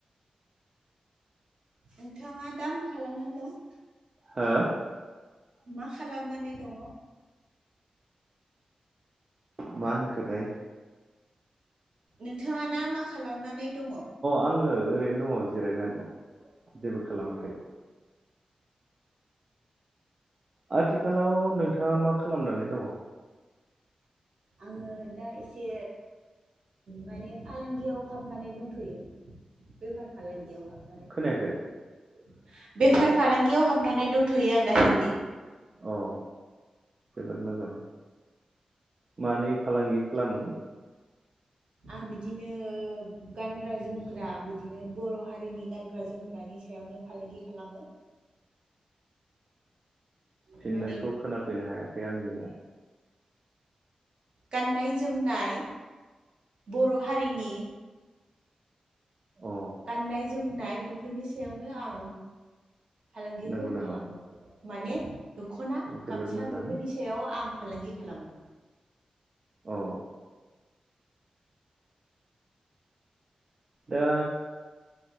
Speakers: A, on the right; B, on the right.
A: नोंथाङा दा मा खालामनानै दं?
B: हो?
A: मा खालामनानै दङ?
B: मा होनखो थाय
A: नोंथाङा ना मा खालामनानै दङ?
B: आङो ओरैनो दङ जिरायनानै दं जेबो खालामाखै।
A: औ
B: आथि खालाव नोंथाङा मा खालामनानै दङ?
A: आङो दा एसे माने फालांगियाव हाबनानै दंथ'यो बेफार फालांगियाव हाब
B: खोनायाखै
A: <inaudible> बेफार फालांगियाव हाबनानै दंथ'यो आं दासान्दि।
B: अ जोबोद मोजां। मानि फालांगि खालामो।
A: आं बिदिनो गानग्रा जोमग्रा बिदिनो बर' हारिनि गानग्रा जोमग्रानि सायावनो फालांगि खालामो।
B: फिननायखौ
A: माने
B: खोनाफैनो हायाखै आंनियाव।
A: गाननाय जोमनाय बर' हारिनि
B: अ
A: गाननाय जोमनाय बेफोरनि सायावनो आं फालांगिखौ
B: नंगौ नामा
A: खालामो माने दख'ना
B: जोबोद
A: गामसा
B: मोजां
A: बेफोरनि सायाव आं फालांगि खालामो।
B: अ दा